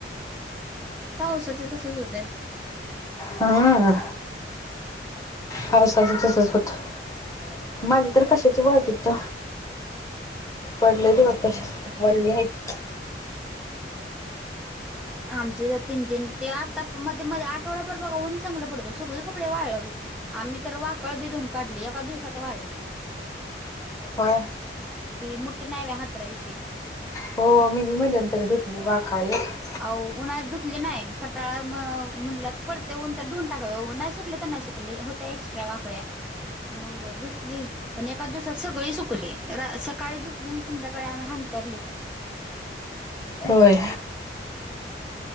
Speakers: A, in the centre; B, on the left (about 20°).
A: पावसाचं तसंच होतंय.
B: हा पावसाचं तसंच होतं माझी तर कशाचे वाळतात? पडलत बग तसेच वल्ले आहेत.
A: आमचे तर तीन तीन ते आत्ता मध्ये मध्ये आठवडाभर बघा ऊन चांगलं पडतो सगळे कपडे वाळत होती. आम्ही तर वाकळ बि धुऊन काढली एका दिवसात वाळली.
B: होय.
A: ती मुठे नाही वय हातरायची.
B: हो मी बी मध्येंतर धुतली वाखाळी एक.
A: अहो उन्हाळ्यात धुतली नाही कटाळा म म्हणला तर पडतय ऊन तर धुऊन टाकाव नाही सुकले तर नाही सुकले हो त्या एक्स्ट्रा वाकळ्या मग धुतली. पण एका दिवसात सगळी सुकले सकाळी धतले आणि संध्याकाळी आम्ही हांंतरले पण.
B: होय.